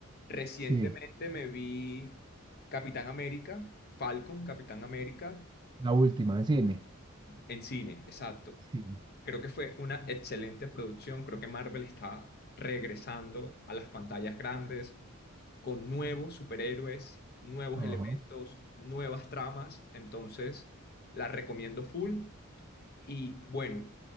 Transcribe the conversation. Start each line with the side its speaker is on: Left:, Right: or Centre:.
Left: Recientemente
Right: sí.
Left: me vi Capitán América, Falcon, Capitán América,
Right: La última, en cine.
Left: en cine, exacto.
Right: Sí.
Left: Creo que fue una excelente producción. Creo que Marvel está regresando a las pantallas grandes con nuevos superhéroes, nuevos
Right: Ajá.
Left: elementos, nuevas tramas. Entonces, la recomiendo full. Y bueno,